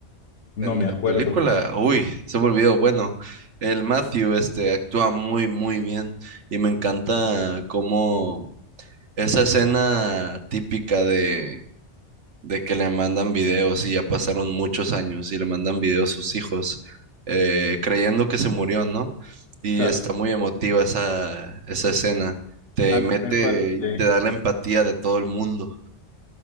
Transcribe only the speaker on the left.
No
me acuerdo.
Claro,
a mí
me parece.